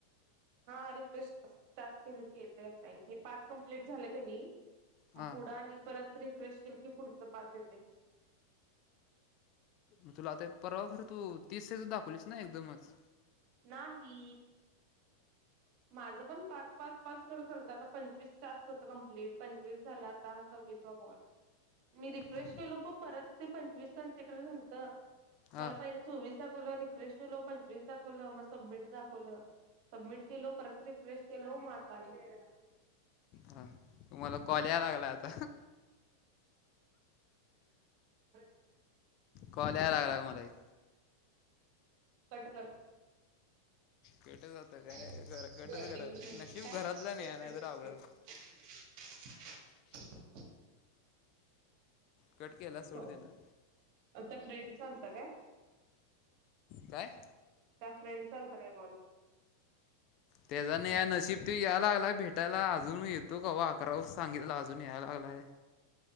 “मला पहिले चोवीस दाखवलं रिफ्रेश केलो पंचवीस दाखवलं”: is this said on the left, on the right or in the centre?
Right